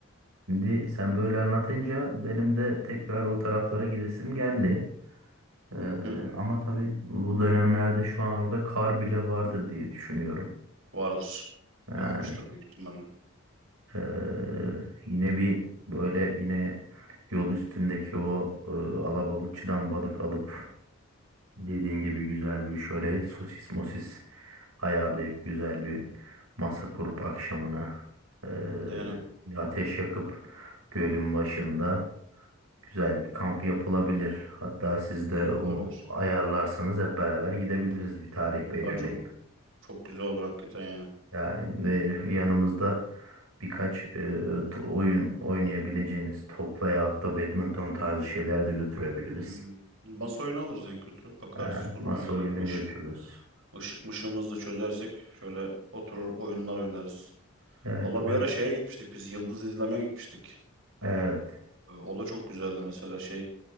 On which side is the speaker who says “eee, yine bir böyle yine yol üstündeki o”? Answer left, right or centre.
Right